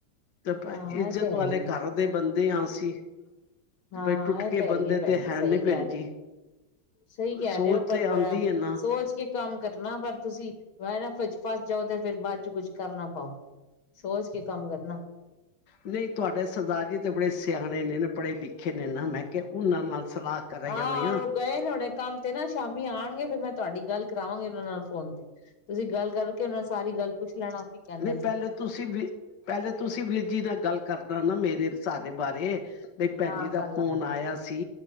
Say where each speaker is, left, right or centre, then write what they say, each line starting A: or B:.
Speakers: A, on the left (about 60°); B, on the left (about 85°).
A: ਤੇ
B: ਹਾਂ
A: ਇੱਜ਼ਤ
B: ਇਹ ਤੇ ਹੈ
A: ਵਾਲੇ
B: ਹੀ ਹੈ
A: ਘਰਦੇ ਬੰ ਦੇ ਆ ਅਸੀਂ
B: ਹਾਂ
A: ਬਈ ਟੁੱਟ
B: ਇਹ ਏ
A: ਕੇ
B: ਤਾਂ ਹੈ
A: ਬੰਦੇ
B: ਈ ਏ ਭੈਣ
A: ਤੇ
B: ਜੀ
A: ਹੈ
B: ਸਹੀ
A: ਨੀ
B: ਕਹਿ
A: ਭੈਣ
B: ਰਹੇ
A: ਜੀ
B: ਹੋ ਸਹੀ ਕਹਿ
A: ਸੋਚ
B: ਰਹੇ ਹੋ
A: ਤੇ
B: ਪਰ
A: ਆਉਂਦੀ ਹੈ ਨਾ।
B: ਸੋਚ ਕੇ ਕੰਮ ਕਰਨਾ ਪਰ ਤੁਸੀਂ ਐ ਨਾ ਵਿੱਚ ਫਸ ਜਾਓ ਤੇ ਫੇਰ ਬਾਅਦ ਚ ਕੁੱਛ ਕਰ ਨਾ ਪਾਓ। ਸੋਚ ਕੇ ਕੰਮ ਕਰਨਾ
A: ਨਈ ਤੁਹਾਡੇ ਸਰਦਾਰ ਜੀ ਤੇ ਬੜੇ ਸਿਆਣੇ ਨੇ ਪੜ੍ਹੇ ਲਿਖੇ ਨੇ ਨਾ ਮੈਂ ਕਿਹਾ ਓਨਾਂ ਨਾਲ ਸਲਾਹ ਕਰ
B: ਹਾਂ
A: ਜਾਂਦੀ
B: ਔਰ ਗਏ ਨੇ ਹੁਣੇ ਕੰਮ ਤੇ ਨਾ ਸ਼ਾਮੀ ਆਣਗੇ ਫੇਰ ਮੈਂ ਤੁਹਾਡੀ ਗੱਲ ਕਰਾਵਾਂਹੀ ਉਨਾਂ ਨਾਲ ਫੋਨ ਤੇ ਤੁਸੀਂ ਗੱਲ ਕਰਕੇ ਓ ਨਾਲ ਸਾਰੀ ਗੱਲ ਪੁੱਛ ਲੈਣਾ। ਕੀ ਕਹਿੰਦੇ
A: ਨਈ
B: ਨੇ
A: ਪਹਿਲੇ ਤੁਸੀਂ ਵੀ ਪਹਿਲੇ ਤੁਸੀਂ ਵੀਰ ਜੀ ਨਾਲ ਗੱਲ ਕਰਨਾ ਨਾ ਮੇਰੇ ਸਾਡੇ ਬਾਰੇ ਬਈ ਭੈਣੀ
B: ਹਾਂ
A: ਜੀ
B: ਕਰ
A: ਦਾ
B: ਲਾਂਗੇ
A: ਫੋਨ ਆਇਆ ਸੀ